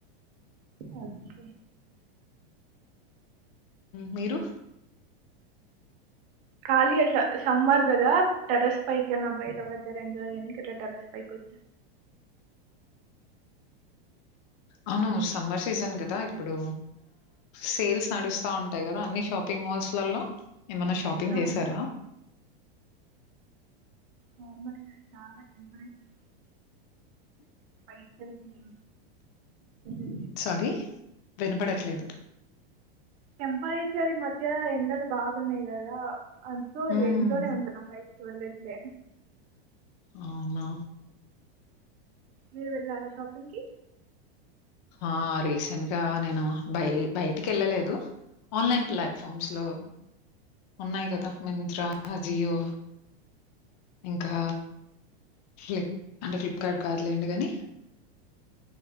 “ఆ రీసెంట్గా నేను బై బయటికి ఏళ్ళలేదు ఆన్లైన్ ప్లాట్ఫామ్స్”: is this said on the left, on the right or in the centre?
Left